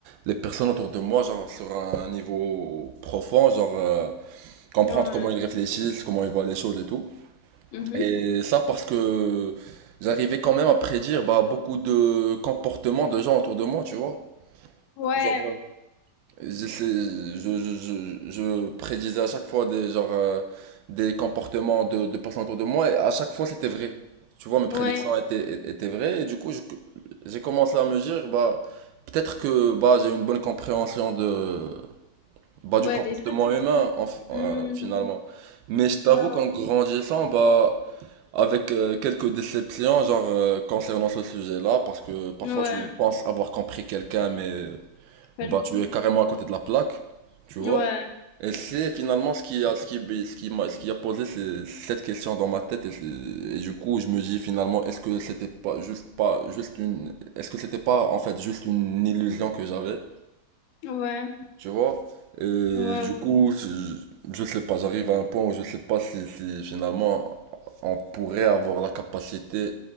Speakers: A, on the right; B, on the left.
A: les personnes autour de moi, genre sur un niveau profond, genre euh, comprendre
B: ouais.
A: comment ils réfléchissent, comment ils voient les choses et tout.
B: Mhm.
A: Et ça parce que j'arrivais quand même à prédire bah, beaucoup de comportements de gens autour de moi, tu vois.
B: Ouais,
A: Genre, je, sais- je, je, je, je prédisais à chaque fois des, genre, euh, des comportements de, de personnes autour de moi et à chaque fois c'était vrai. Tu vois, mes prédictions
B: ouais,
A: étaient, é- étaient vraies et du coup, je- j'ai commencé à me dire, bah, peut-être que bah, j'ai une bonne compréhension de, bah,
B: ouais,
A: du comportement
B: des autres.
A: humain en f- euh,
B: Mhm.
A: finalement. Mais je t'avoue
B: Ouais,
A: qu'en grandissant, bah, avec euh, quelques déceptions genre, euh, concernant ce sujet-là, parce que parfois
B: ouais,
A: tu penses avoir compris quelqu'un, mais.
B: pas
A: Bah,
B: du tout.
A: tu es carrément à côté de la plaque, tu vois.
B: Ouais,
A: Et c'est finalement ce qui a, ce qui, bah, ce qui m'a, ce qui a posé ces- cette question dans ma tête. Et, c'est- et du coup, je me dis finalement, est-ce que c'était pas juste pas juste une, est-ce que c'était pas en fait juste une illusion que j'avais,
B: ouais,
A: tu vois? Et
B: ouais,
A: du coup,
B: ouais.
A: je, je sais pas, j'arrive à un point où je sais pas si, si finalement on pourrait avoir la capacité